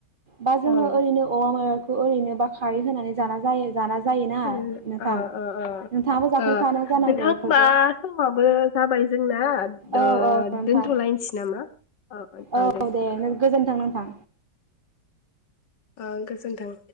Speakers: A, on the right; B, on the left.
A: बा जोङो
B: ओं
A: ओरैनो औवा मेवाइख खौ ओरैनो बा खारै होनानै जाना जायो। जाना जायोना
B: खानो
A: नोंथां
B: ओ ओ ओ
A: नोंथाङाबो जाफेरखादों
B: ओ
A: जानांगौ
B: नोंथां
A: बेफोरखौ
B: ओमबा समाबो जाबाय जोंना
A: औ
B: ओ
A: औ नोंथां
B: दोनथ'लायसै नामा ओ ओ
A: औ
B: ओ दे उम
A: गोजोन्थों नोंथां
B: ओ गोजोनथों।